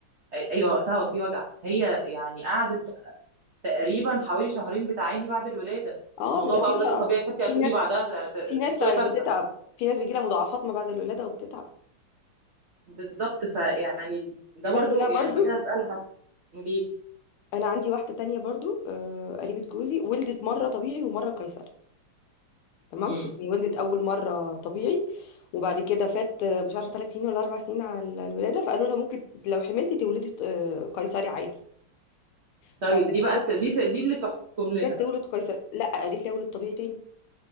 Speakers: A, on the right (about 80°); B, on the left (about 80°).
A: أي- ايوه وقتها وفي وجع هي يعني قعدت تقريبا حوالي شهرين بتعاني بعد الولاده مش
B: أه
A: موضوع
B: بيبقى
A: بقى
B: فيه
A: ولاده
B: بقى
A: طبيعي فانت هتقولي
B: في ناس
A: بعدها ت... ت-
B: في ناس
A: تسلقي
B: تع-
A: فرخه
B: بتتعب في ناس بيجيلها مضاعفات ما بعد الولادة وبتتعب
A: بالظبط فيعني ده
B: بس
A: برضو
B: انا برضو
A: يعني لما جيت اسالها قولي لي
B: انا عندي واحدة تانية برضو آه، قريبة جوزي ولدت مرة طبيعي ومرة قيصري تمام
A: امم
B: يعني ولدت اول مرة طبيعي وبعد كده فات آه، مش عارفة ثلاث سنين ولا اربع سنين على الولادة فقالوا لها ممكن لو حملتي تولدي آه، قيصري عادي
A: طيب
B: فجت
A: دي
B: تولد
A: بقى الت- دي دي اللي تحكم لنا
B: جت
A: بقى
B: تولد قيصري لا قالت لي اولد طبيعي تاني